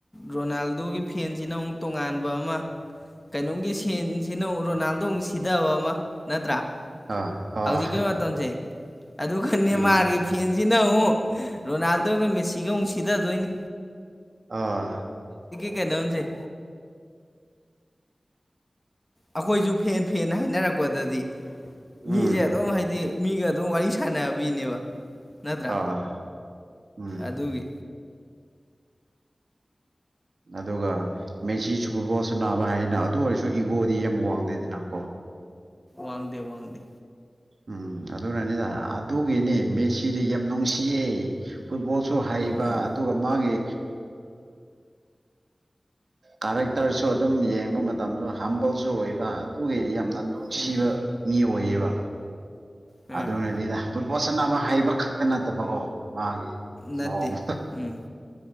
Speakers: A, on the left (about 20°); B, on the right (about 75°).
A: ꯔꯣꯅꯥꯜꯗꯣꯒꯤ ꯐꯦꯟꯁꯤꯅ ꯑꯃꯨꯛ ꯇꯣꯉꯥꯟꯕ ꯑꯃ ꯀꯩꯅꯣꯝꯒꯤ ꯁꯦꯟꯁꯤꯅ ꯔꯣꯅꯥꯜꯗꯣ ꯁꯤꯊꯕ ꯑꯃ ꯅꯠꯇ꯭ꯔꯥ
B: ꯑꯥ ꯍꯣꯏ
A: ꯍꯧꯖꯤꯛꯀꯤ ꯃꯇꯝꯁꯦ ꯑꯗꯨ ꯈꯪ ꯅꯦꯃꯥꯔꯒꯤ
B: ꯎꯝ
A: ꯐꯦꯟꯁꯤꯅ ꯑꯃꯨꯛ ꯔꯣꯅꯥꯜꯗꯣꯒ ꯃꯦꯁꯤꯒ ꯑꯃꯨꯛ ꯁꯤꯗꯊꯗꯣꯏꯅꯤ
B: ꯑꯥ
A: ꯀꯅꯤ ꯍꯧꯁꯦ ꯑꯩꯈꯣꯏꯁꯨ ꯐꯦꯟ ꯐꯦꯟ ꯍꯥꯏꯅꯔꯛꯄꯗꯗꯤ
B: ꯎꯝ
A: ꯃꯤꯁꯦ ꯑꯗꯨꯝ ꯍꯥꯏꯗꯤ ꯃꯤꯒ ꯑꯗꯨꯝ ꯋꯥꯔꯤ ꯁꯥꯟꯅꯕꯤꯅꯦꯕ ꯅꯠꯇ꯭ꯔꯥ
B: ꯑꯥ ꯎꯝ
A: ꯑꯗꯨꯒꯤ
B: ꯑꯗꯨꯒ ꯃꯦꯁꯤꯁꯨꯕꯨ ꯏꯒꯣ ꯁ ꯅꯥꯕ ꯍꯥꯏꯅ ꯑꯗꯨ ꯑꯣꯏꯔꯁꯨ ꯏꯒꯣꯗꯤ ꯌꯥꯝ ꯋꯥꯡꯗꯦꯗꯅꯀꯣ
A: ꯋꯥꯗꯦ ꯋꯥꯗꯦ
B: ꯎꯝ ꯑꯗꯨꯅꯅꯤꯗ ꯑꯗꯨꯒꯤꯅꯤ ꯃꯦꯁꯤꯗꯤ ꯌꯥꯝ ꯅꯨꯡꯁꯤꯌꯦ ꯐꯨꯠꯕꯣꯜꯁꯨ ꯍꯥꯏ ꯍꯩꯕ
A: ꯎꯝ
B: ꯑꯗꯨꯒ ꯃꯥꯒꯤ ꯀꯥꯔꯦꯛꯇꯔꯁꯨ ꯑꯗꯨꯝ ꯌꯦꯡꯕ ꯃꯇꯝꯗ ꯍꯝꯕꯜꯁꯨ ꯑꯣꯏ ꯑꯗꯨꯒꯤ ꯌꯥꯝꯅ ꯅꯨꯡꯁꯤꯕ
A: ꯎꯝ
B: ꯃꯤ ꯑꯣꯏꯌꯦꯕ
A: ꯑꯥ
B: ꯑꯗꯨꯅꯅꯤꯗ ꯐꯨꯠꯕꯣꯜ ꯆꯠꯅꯕ ꯍꯩꯕ ꯈꯛꯇ ꯅꯠꯇꯕꯀꯣ ꯃꯥꯒꯤ
A: ꯅꯠꯇꯦ
B: ꯃꯑꯣꯡ
A: ꯎꯝ